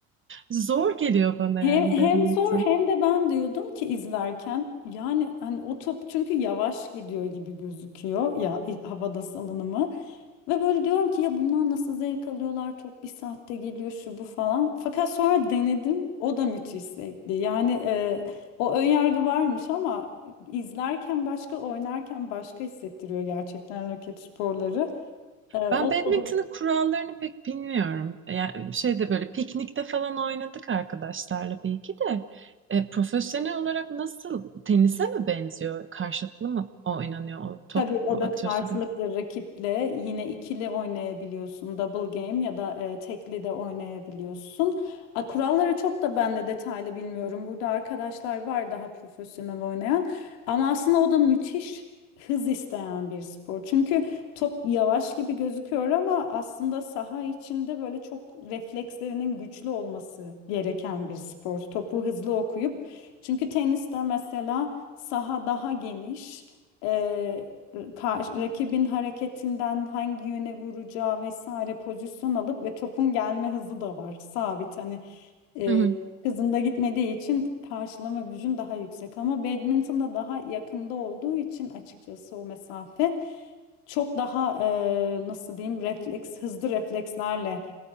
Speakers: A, on the right; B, on the left.
A: zor geliyor bana
B: Hem,
A: yani
B: hem
A: badminton.
B: zor hem de ben diyordum ki izlerken yani hani o top çünkü yavaş gidiyor gibi gözüküyor ya e, havada salınımı ve böyle diyorum ki ya bundan nasıl zevk alıyorlar top bir saatte geliyor şu bu falan fakat sonra denedim o da müthiş zevkli yani e, o ön yargı varmış ama izlerken başka oynarken başka hissettiriyor gerçekten raket sporları E, o,
A: Ben badminton'ın
B: o
A: kurallarını pek bilmiyorum. Yani şeyde böyle piknikte falan oynadık arkadaşlarla bir iki de. E, profesyonel olarak nasıl tenise mi benziyor? Karşılıklı mı oynanıyor o top
B: Tabii o
A: atıyorsun?
B: da karşılıklı rakiple yine ikili oynayabiliyorsun. Double game ya da e, tekli de oynayabiliyorsun. A, kuralları çok da ben de detaylı bilmiyorum. Burada arkadaşlar var daha profesyonel oynayan. Ama aslında o da müthiş hız isteyen bir spor. Çünkü top yavaş gibi gözüküyor ama aslında saha içinde böyle çok reflekslerinin güçlü olması gereken bir spor. Topu hızlı okuyup. Çünkü teniste mesela saha daha geniş. e, kar- rakibin hareketinden hangi yöne vuracağı vesaire pozisyon alıp ve topun gelme hızı da var sabit hani e,
A: Hı hı.
B: hızında gitmediği için karşılama gücün daha yüksek ama badminton'da daha yakında olduğu için açıkçası o mesafe çok daha e, nasıl diyeyim refleks hızlı reflekslerle